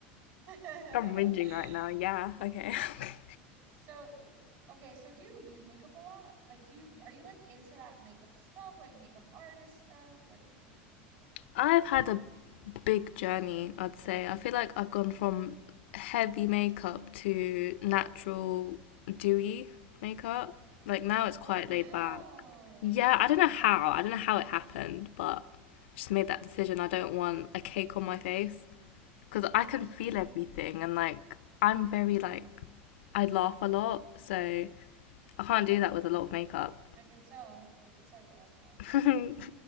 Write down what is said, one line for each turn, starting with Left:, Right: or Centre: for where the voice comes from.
Right: <laughs>
Left: I'm whinging right now. Yeah. Okay. <laughs>
Right: So, so, okay, so do you use makeup a lot? Like, do you, are you like into that makeup stuff, like makeup artist stuff? Like, are you into that?
Left: I've had a big journey, I'd say. I feel like I've gone from heavy makeup to natural, dewy makeup. Like now it's quite
Right: Oh, wow.
Left: laid back. Yeah, I don't know how. I don't know how it happened, but I just made that decision. I don't want a cake on my face because I can feel
Right: Mm-hmm.
Left: everything and like I'm very like I laugh a lot, so I can't do that with a lot of makeup.
Right: I could tell. I could tell you laugh a lot.
Left: <laughs> Which